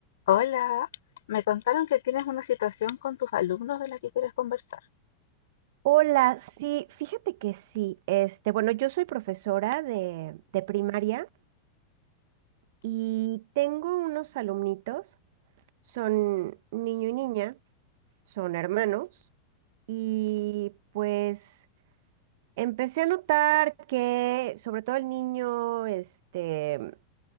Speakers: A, on the left; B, on the right.
A: Hola, me contaron que tienes una situación con tus alumnos de la que quieres conversar.
B: Hola, sí, fíjate que sí. Este, bueno, yo soy profesora de, de primaria y tengo unos alumnitos, son niño y niña, son hermanos, y pues empecé a notar que sobre todo el niño, este,